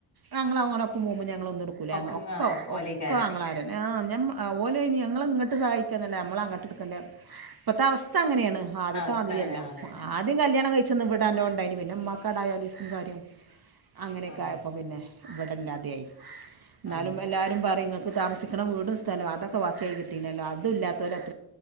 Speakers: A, on the right; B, on the left.
A: ഞങ്ങളങ്ങനൊപ്പം പോവുംബം ഞങ്ങളൊന്നുട്കൂല
B: ഒക്കെ
A: ഒകെ
B: ആഹ് ഓലേക്കാരം
A: ഒക്കാങ്ങളാരെന്നെ ആ ഞമ്മ ഓലയിന് ഞങ്ങളെങ്ങട്ട് സഹായിക് കെ ഒന്നുഅല്ല അമ്മളങ്ങട്ട് ഇട്കണ്ട ഇപ്പത്തവസ് ഇപ്പങ്ങനേണ് ആദ്യത്തെമാതിരിഅല്ല
B: അവസ്ഥ അങ്ങനെ അതെ
A: ആദ്യം കല്ല്യാണം കയിചന്ന് ഇവടല്ലോണ്ടാ യീനി പിന്നെ ഇമ്മാകാടായാലി കാര്യം അങ്ങനെയൊക്കെ
B: ആഹ്
A: ആയപ്പോ പിന്നെ ഇവടെല്ലാതെയായി ന്നാലും
B: ആഹ്
A: എല്ലാരും പറിം ങ്ങക് ങ്ങക്ക് താമസിക്ക്ണ വീടും സ്ഥലൊം അതൊക്ക വാക്കിയായി കിട്ടീണല്ലോ അതുല്ലാത്തോരവ